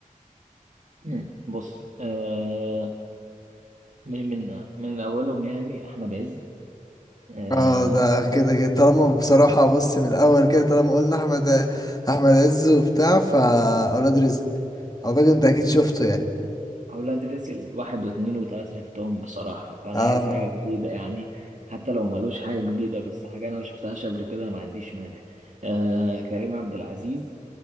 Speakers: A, on the right (about 60°); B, on the left (about 25°).
A: مم. بص آه من من من اولهم يعني احمد عز آه
B: اه ده كده كده طالما بصراحة بص من الأول كده طالما قلنا أحمد أحمد عز وبتاع فأولاد رزق أعتقد أنت أكيد شفته يعني
A: أولاد رزق واحد واتنين وتلاتة شفتهم بصراحة فأنا
B: اه
A: عايز حاجة جديدة يعني حتى لو ملوش حاجة جديدة بس حاجة أنا ما شفتهاش قبل كده أنا ما عنديش مانع آه كريم عبد العزيز